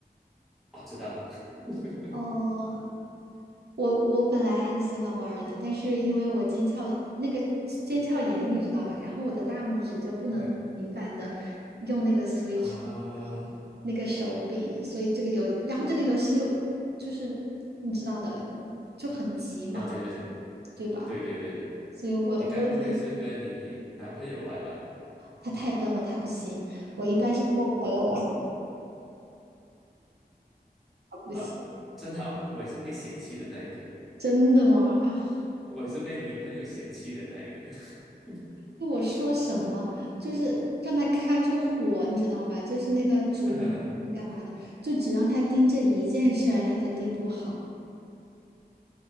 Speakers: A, in the centre; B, on the right (about 75°).
A: 啊，知道 <laughs>
B: 哦，我我本来很喜欢玩儿的，但是因为我腱鞘那个腱鞘炎，你知道吧？然后我的大拇指就不能频繁的用那个
A: 那个
B: Switch
A: 啊，
B: 的那个手柄，所以这个游，然后这个游戏又就是你知道的，就很急嘛，
A: 了解了解，
B: 对吧？
A: 对对对，
B: 所以我我已经
A: 你该不会是跟你男朋友玩吧？
B: 他太笨了，他不行。我一般是跟我朋友玩，他不行。
A: 啊，我真好，我也是被嫌弃的那一个，
B: 真的吗？啊，
A: 我也是被女朋友嫌弃的那一个。<laughs>
B: 就我说什么，就是让他看着火，你知道吧？就是那个煮米饭干嘛的，
A: 呃，
B: 就只让他盯这一件事儿，他都盯不好。